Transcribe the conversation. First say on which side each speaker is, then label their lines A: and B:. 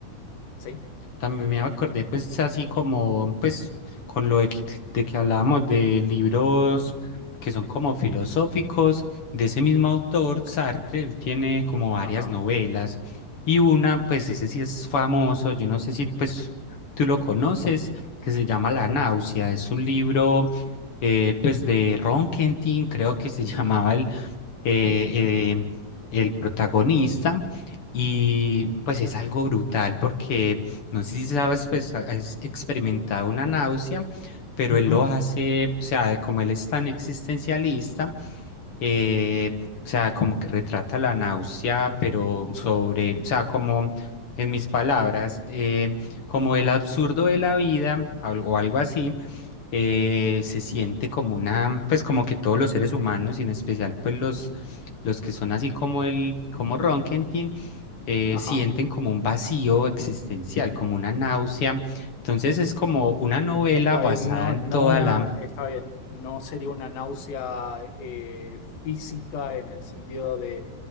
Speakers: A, on the left; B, on the left.
A: ¿sí?
B: También me acordé, pues, así como, pues, con lo de que, de que hablábamos de libros que son como filosóficos, de ese mismo autor, Sartre, él tiene como varias
A: Ajá,
B: novelas, y una, pues, ese sí es famoso, yo no sé si, pues, tú lo conoces, que se llama La
A: a ver.
B: náusea, es un libro, eh, pues, de Ron Kentin, creo que se <laughs> llamaba eh, eh, el protagonista. Y pues es algo brutal porque no sé si sabes, pues ha- has experimentado una náusea, pero
A: Ujú,
B: él lo hace, o sea, como él es tan existencialista, eh, o sea, como que retrata la náusea, pero sobre, o sea, como en mis palabras, eh, como el absurdo de la vida al- o algo así, eh, se siente como una, pues como que todos los seres humanos, y en especial pues los, los que son así como el, como Ronkentin, eh,
A: Ajá.
B: sienten como un vacío existencial, como una náusea. Entonces es como una novela
A: Está
B: basada
A: bien, no,
B: en
A: no
B: toda
A: una,
B: la
A: está bien, no sería una náusea eh, física en el sentido de,